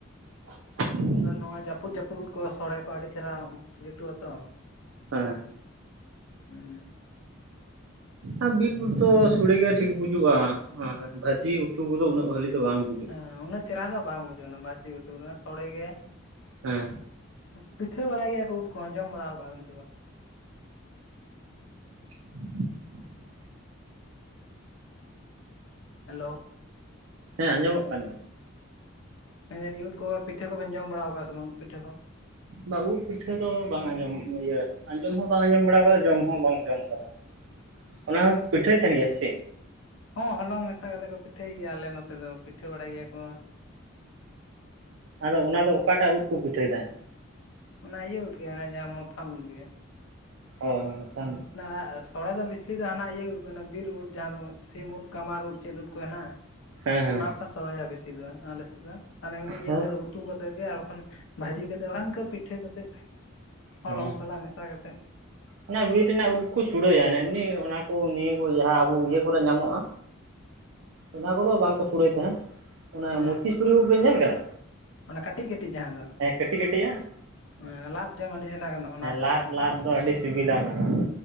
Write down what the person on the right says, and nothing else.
<unintelligible>
ᱦᱮᱸ ᱾
ᱟᱨ ᱵᱤᱨ ᱩᱫ ᱫᱚ ᱥᱳᱲᱮ ᱜᱮ ᱴᱷᱤᱠ ᱵᱩᱡᱩᱜ-ᱟ, ᱵᱷᱟᱹᱡᱤ ᱩᱛᱩ ᱠᱚᱫᱚ ᱩᱱᱟᱹᱜ ᱵᱷᱟᱹᱞᱤ ᱫᱚ ᱵᱟᱝ ᱵᱩᱡᱩᱜᱼᱟ
ᱦᱮᱸ
<inaudible>
ᱦᱮᱸ ᱟᱸᱡᱚᱢᱚᱜ ᱠᱟᱱ ᱜᱮᱭᱟ ᱾
ᱵᱟ ᱩᱫᱽ ᱯᱤᱴᱷᱟᱹ ᱫᱚ ᱵᱟᱝ ᱟᱸᱡᱚᱢ ᱤᱭᱟᱹ ᱟᱸᱡᱚᱢ ᱦᱚᱸ ᱵᱟᱝ ᱟᱸᱡᱚᱢ ᱵᱟᱲᱟ ᱠᱟᱫᱟ, ᱡᱚᱢ ᱦᱚᱸ ᱵᱟᱝ ᱡᱚᱢ ᱠᱟᱫᱟ᱾ ᱚᱱᱟ ᱦᱚᱸ ᱠᱚ ᱯᱤᱴᱷᱟᱹᱭ ᱛᱟᱦᱮᱹᱱ ᱜᱮᱭᱟ ᱥᱮ ᱪᱮᱜ?
ᱟᱫᱚ ᱚᱱᱟ ᱫᱚ ᱚᱠᱟᱴᱟᱜ ᱩᱫᱽ ᱠᱚ ᱯᱤᱴᱷᱟᱹᱭ ᱛᱟᱦᱮᱸᱱ?
ᱚ, ᱢᱚᱛᱟᱢ ᱩᱫᱽ ᱾
ᱦᱮᱸ ᱦᱮᱸ
ᱦᱮᱸ
ᱦᱮᱸ
ᱚᱱᱟ ᱵᱤᱨ ᱨᱮᱱᱟᱜ ᱩᱫᱽ ᱜᱮᱠᱚ ᱥᱩᱲᱮᱭᱟ ᱾ ᱮᱢᱱᱤ ᱚᱱᱟ ᱠᱚ ᱱᱤᱭᱟᱹ ᱠᱚ ᱡᱟᱦᱟᱸ ᱟᱵᱚ ᱤᱭᱟᱹ ᱠᱚ ᱨᱮ ᱧᱟᱢᱚᱜᱼᱟ, ᱚᱱᱟ ᱠᱚᱫᱚ ᱵᱟᱝᱠᱚ ᱥᱩᱲᱮ ᱛᱟᱦᱮᱸᱱᱟ ᱚᱱᱟ
ᱢᱩᱪᱤ ᱥᱩᱲᱤ ᱵᱮᱱ ᱧᱮᱞ ᱠᱟᱫᱟ?
ᱦᱮᱸ ᱠᱟᱹᱴᱤᱡ ᱠᱟᱹᱴᱤᱭᱟᱜ?
ᱞᱟᱫ
ᱞᱟᱫ ᱫᱚ ᱟᱹᱰᱤ ᱥᱤᱵᱤᱞᱟ ᱚᱱᱟ ᱫᱚ